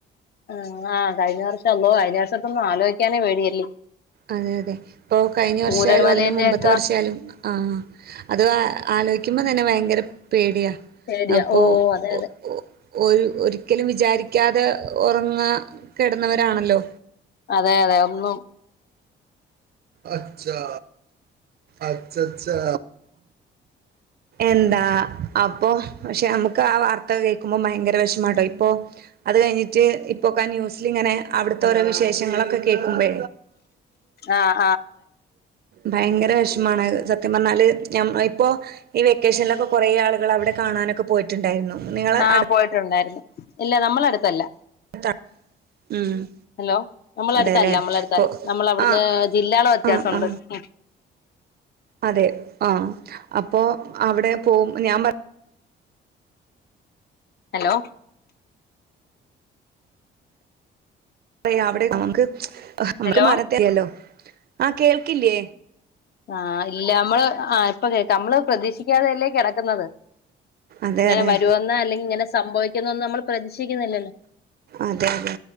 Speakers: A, on the left; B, on the right.
A: ആഹ് ആഹ് കഴിഞ്ഞ വർഷം അള്ളോ കഴിഞ്ഞ വർഷത്തൊന്നും ആലോചിക്കാനേ പേടിയല്ലേ
B: അതെ അതെ ഇപ്പോൾ കഴിഞ്ഞ
A: ചൂരൽമലേന്റെ
B: വർഷാലും അതിന്റെ മുമ്പത്തെ
A: ഒക്കെ
B: വർഷാലും ആ അത് ആലോചിക്കാ ജിക്കുമ്പോ തന്നെ ഭയങ്കര പേടിയാ
A: പേടിയാ
B: അപ്പോ.
A: ഓ അതെ
B: ഓഹ്
A: അതെ
B: ഓഹ് ഒരു ഒരിക്കലും വിചാരിക്കാതെ ഉറങ്ങാൻ കിടന്നവരാണല്ലോ
A: അതെ അതെ ഒന്നും
B: അച്ചാ അച്ചച്ചാ എന്താ അപ്പൊ പക്ഷെ നമുക്ക് ആ വാർത്ത കേൾക്കുമ്പോ ഭയങ്കര വിഷമാട്ടോ ഇപ്പൊ അത് കഴിഞ്ഞിട്ട് ഇപ്പോക്കെ ആ ന്യൂസിലിങ്ങനെ അവിടുത്തെ ഓരോ വിശേഷങ്ങളൊക്കെ കേൾക്കുമ്പോ
A: ആഹ്
B: ഭയങ്കര വിഷമാണ് അത് സത്യം പറഞ്ഞാല് ഞ ഇപ്പോ ഈ വെക്കേഷനിലൊക്കെ കൊറേ ആളുകൾ അവിടെ കാണാനൊക്കെ പോയി ട്ടുണ്ടായിരുന്നു നിങ്ങള്
A: ആഹ്
B: അടു
A: പോയിട്ടുണ്ടായിരുന്നു ഇല്ല നമ്മള അടുത്തല്ല
B: <unintelligible> ഉം
A: ഹലോ നമ്മള
B: അതെല്ലേ
A: അടുത്തല്ല നമ്മള അടുത്തല്ല
B: അപ്പൊ
A: നമ്മള അവിടുന്ന്
B: ആ
A: ജില്ലകളെ വ്യത്യാസണ്ട്
B: ആ ആ
A: ഉം
B: അതെ ആഹ് അപ്പോ അവിടെ പോ ഞാൻ പറ
A: ഹലോ
B: പറയാ അവിടെ നമുക്ക്
A: ഹലോ
B: മരത്തെ ആഹ് കേൾക്കില്ലേ
A: ആഹ് ഇല്ല നമ്മള് ആഹ് ഇപ്പൊ കേക്കാം നമ്മള് പ്രതീക്ഷിക്കാതെല്ലേ കിട ക്കുന്നത്
B: അതെ
A: ഇങ്ങനെ
B: അതെ
A: വരുമെന്നോ അല്ലെങ്കിൽ ഇങ്ങനെ സംഭവിക്കുന്നന്നും നമ്മൾ പ്രതീക്ഷിക്കുന്നില്ലല്ലോ
B: അതെ അതെ